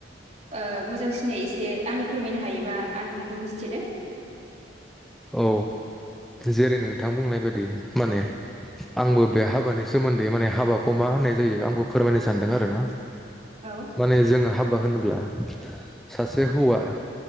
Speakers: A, on the right; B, in the centre.
A: ओ मोजांसिन एसे आंनो फोरमायनो हायोबा आं बेखौ मिजिंथिदों।
B: औ जेरै नोंथां बुंनाय बायदि माने आंबो बे हाबानि सोमोन्दै माने हाबाखौ मा होननाय जायो आंबो फोरमायनो सानदों आरो ना।
A: औ
B: माने जोङो हाबा होनोब्ला सासे हौवा